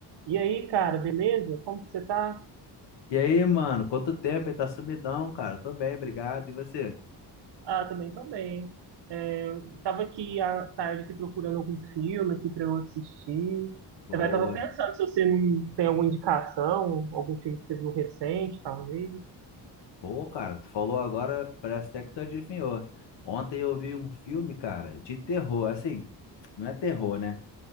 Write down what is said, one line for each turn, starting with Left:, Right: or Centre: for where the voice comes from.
Right: E aí, cara, beleza? Como que você tá?
Left: E aí, mano, quanto tempo? Ele tá sumidão, cara. Tô bem, obrigado. E você?
Right: Ah, também tô bem. É, tava aqui à tarde aqui procurando algum filme aqui pra eu assistir.
Left: Boa.
Right: Eu tava pensando se você não tem alguma indicação, algum filme que você viu recente, talvez.
Left: Pô, cara, tu falou agora, parece até que tu adivinhou. Ontem eu vi um filme, cara, de terror. Assim, não é terror, né?